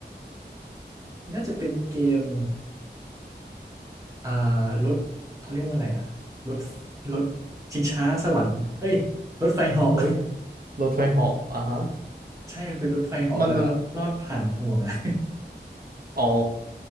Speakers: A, on the right; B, on the right.
A: น่าจะเป็นเกม อ่ารถเขาเรียกว่าอะไรอะรถรถชิงช้าสวรรค์เอ้ยรถไฟเหาะ <laughs>
B: รถรถไฟเหาะอ่าฮะ
A: ใช่มันเป็นรถไฟเหาะแล้วก็ลอดผ่านห่วงอะ
B: มันมันอ๋อ